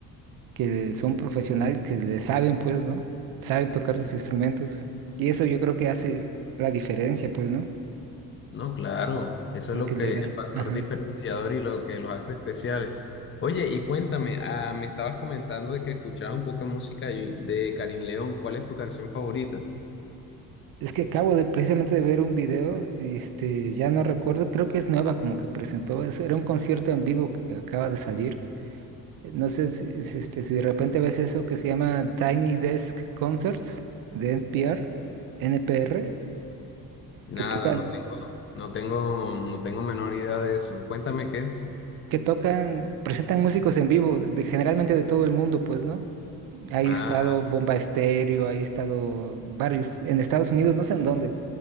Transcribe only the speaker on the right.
que son profesionales, que le saben, pues, ¿no? Saben tocar sus instrumentos. Y eso yo creo que hace la diferencia, pues, ¿no?
Porque
le da,
ajá.
Es que acabo de precisamente de ver un video, este, ya no recuerdo, creo que es nueva como que presentó, es- era un concierto en vivo que acaba de salir No sé si, si, este, si de repente ves eso que se llama Tiny Desk Concerts de NPR, NPR,
que tocan,
que tocan, presentan músicos en vivo, de, generalmente de todo el mundo, pues, ¿no? Ahí
ha estado Bomba Estéreo, ahí ha estado varios, en Estados Unidos, no sé en dónde,